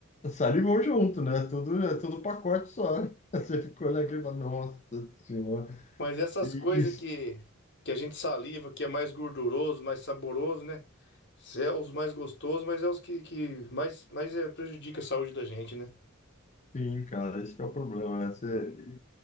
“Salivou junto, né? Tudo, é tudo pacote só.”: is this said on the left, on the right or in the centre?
Left